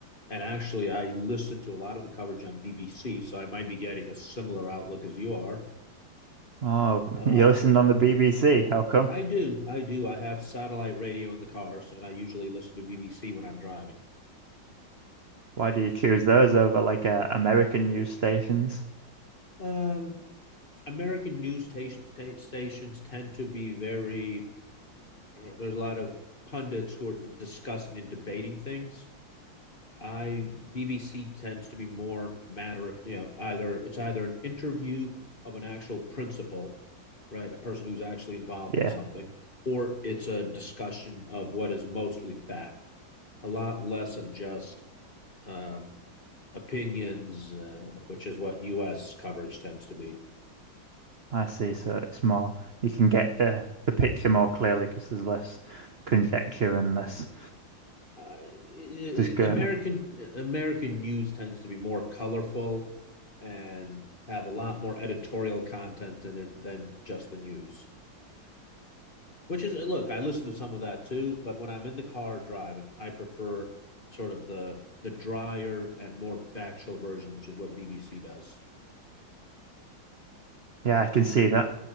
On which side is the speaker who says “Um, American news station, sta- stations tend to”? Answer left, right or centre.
Left